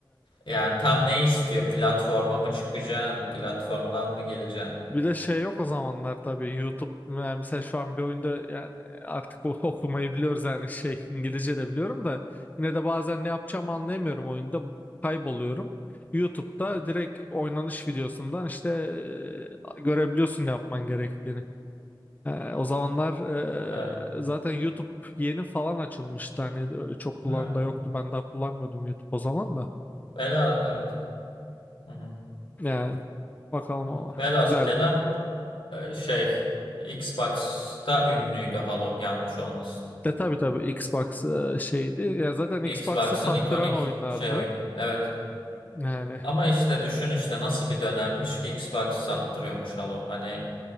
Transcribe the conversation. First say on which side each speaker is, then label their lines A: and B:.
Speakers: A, on the left; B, on the left.
A: Yani tam ne istiyor? Platforma mı çıkacaksın? Platformdan mı geleceksin?
B: Bir de şey yok o zamanlar tabii YouTube yani mesela şu an bir oyunda yani artık o- <laughs> okumayı biliyoruz yani şey İngilizce de biliyorum da yine de bazen ne yapacağımı anlayamıyorum oyunda kayboluyorum. YouTube'da direkt oynanış videosundan işte e, görebiliyorsun ne yapman gerektiğini. E, o zamanlar
A: Evet.
B: e, zaten YouTube yeni falan açılmıştı hani öyle çok kullanan
A: Evet.
B: da yoktu ben daha kullanmıyordum YouTube o zaman da
A: Vela, evet. Hı hı.
B: yani bakalım
A: Evet.
B: ama
A: Velhasıl
B: güzel
A: kelam e, şey Xbox'ta ünlüydü Halo yanlış olmasın.
B: E tabii tabii Xbox e, şeydi. Ya zaten Xbox'ı
A: Xbox'ın
B: sattıran
A: ikonik
B: oyunlardı.
A: şey oyunu. Evet.
B: Yani
A: Ama işte düşün işte nasıl bir dönemmiş ki Xbox sattırıyormuş Halo. Hani